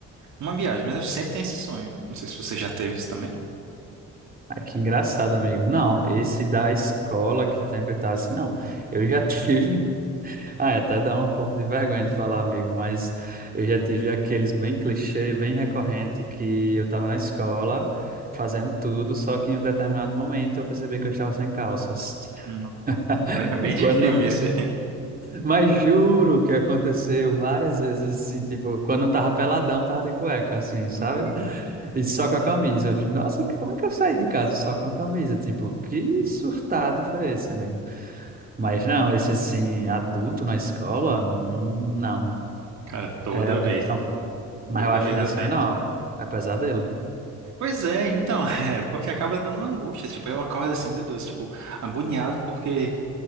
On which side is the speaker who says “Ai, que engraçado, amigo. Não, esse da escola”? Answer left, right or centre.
Right